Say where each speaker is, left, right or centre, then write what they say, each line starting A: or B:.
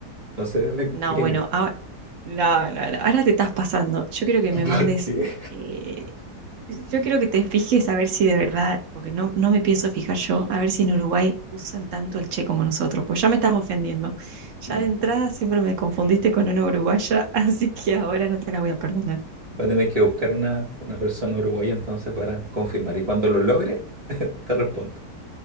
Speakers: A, on the right; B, on the right.
A: No sé de de
B: no,
A: quién
B: bueno,
A: es.
B: ah, No, no, no, ahora te estás pasando. Yo quiero que
A: <laughs>
B: me
A: ¿Por
B: mandes,
A: qué?
B: eh, yo quiero que te fijes a ver si de verdad, porque no, no me pienso fijar yo, a ver si en Uruguay usan tanto el che como nosotros, pues ya me estás ofendiendo. Ya
A: Mm.
B: de entrada siempre me confundiste con una uruguaya, <laughs> así que ahora no te la voy a perdonar.
A: Va a tener que buscar una, una persona uruguaya entonces para confirmar. Y cuando lo logre, te respondo.